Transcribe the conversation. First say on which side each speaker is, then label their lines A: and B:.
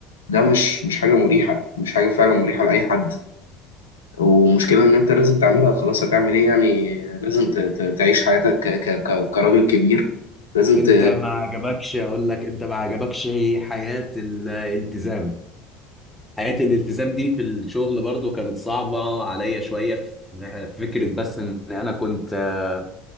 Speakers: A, on the left; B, in the centre.
A: ده مش مش حاجه مريحه مش حاجه فعلا مريحه لاي حد ومشكله ان انت لازم تعملها خلاص هتعمل ايه يعني لازم ت- ت- تعيش حياتك ك ك ك- كراجل كبير لازم
B: انت
A: ت-
B: ما عجبكش اقول لك انت ما عجبكش حياه الالتزام حياة الالتزام دي في الشغل برضو كانت صعبة عليا شوية في في فكرة بس ان انا كنت آه،